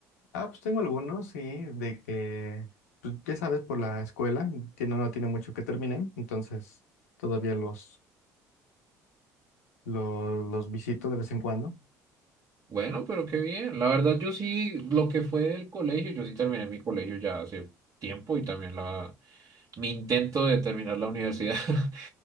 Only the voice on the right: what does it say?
bueno, pero qué bien. La verdad, yo sí, lo que fue del colegio, yo sí terminé mi colegio ya hace tiempo y también la mi intento de terminar la universidad. <laughs>